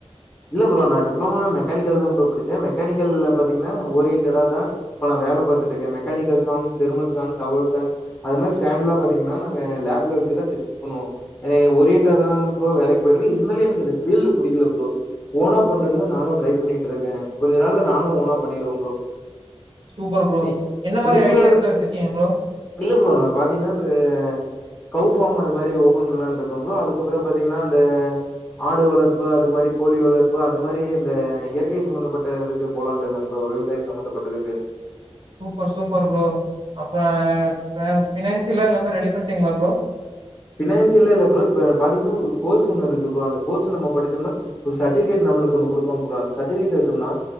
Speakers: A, on the left; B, on the right.
A: இல்ல ப்ரோ நா டிப்ளமோலாயில்ல மெக்கானிக்கல் தா ப்ரோ படிச்சே மெக்கானிக்கல்ல பாத்தீங்கன்னா ஓரியன்டடா தா இப்ப நா வேல பாத்துட்டுடிருக்கே mechanical sound thermal sound tower சண்ட் அ மாதிரி சண்ட்லா பாத்தீங்கன்னா நாங்க லேப்ல வெச்சுதா டெஸ்ட்டு பண்ணுவோ என ஓரியன்டா தா ப்ரோ வேலைக்கு போயிட்டிருகே இருந்தாலு எனக்கு இந்த பீல்டு புடிக்கல ப்ரோ ஓனா பண்றதுக்குதா நானு ட்ரை பண்ணிட்டு இருக்கே கொஞ்ச நாள்ல நானும் ஓனா பண்ணிருவே ப்ரோ
B: சூப்பர் ப்ரோ.
A: நீ
B: என்ன மாரி
A: நீங்ளே
B: ஐடியாஸ்லாம் வச்சிருக்கீங்க ப்ரோ?
A: இல்ல ப்ரோ நா பாத்தீங்கன்னா இந்த கவ் ஃபார்ம் அது மாரி ஓபன் பண்ணலான்னுடிருக்கே ப்ரோ அதுக்கப்புறோ பாத்தீங்கன்னா அந்த ஆடு வளப்புது அது மாரி கோழி வளர்ப்பு அது மாரி இந்த இயற்கை சம்பந்தப்பட்ட இதுக்கு போலான் இருக்க ப்ரோ விவசாயம் சம்பந்தப்பட்டதுக்கு
B: சூப்பர் சூப்பர் ப்ரோ அப்ப பினான்சியல்லா எல்லாமே ரெடி பண்ணிட்டீங்களா ப்ரோ
A: ஃபினான்ஷியலா இல்ல ப்ரோ இப்ப பாத்தீங்கன்னா ஒரு கோர்ஸ் ஒன்னு இருக்கு ப்ரோ அந்த கோர்ஸ் நம்ம படிச்சோம்னா ஒரு சர்டிஃபிகேட் நம்லுக்கு ஒன்னு குடுப்பாங்க ப்ரோ அந்த சர்டிஃபிகேட் வெச்சோம்னா